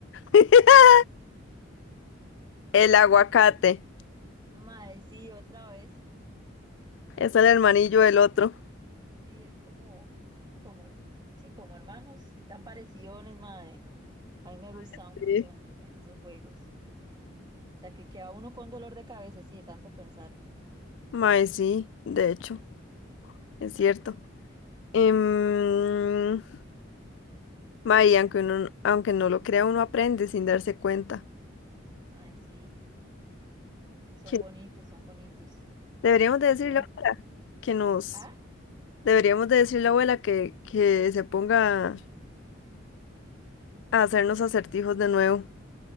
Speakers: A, on the left; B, on the right.
A: <laughs> El aguacate
B: Mae, sí, otra vez.
A: es el hermanillo del otro.
B: sí, es como, como, el- sí, como hermanos, tan parecidos, mae. A mí me gustaban un
A: Sí.
B: montón estos juegos. Hasta que queda uno con dolor de cabeza, así de tanto pensar.
A: Mae, sí, de hecho, es cierto. Em, mae, aunque uno, aunque no lo crea, uno aprende sin darse cuenta.
B: Mae, sí, son
A: Que
B: bonitos, son bonitos.
A: Deberíamos de decirle
B: Tienen,
A: a la abuela que nos,
B: ah,
A: deberíamos de decirle a la abuela que, que se ponga a hacernos acertijos de nuevo.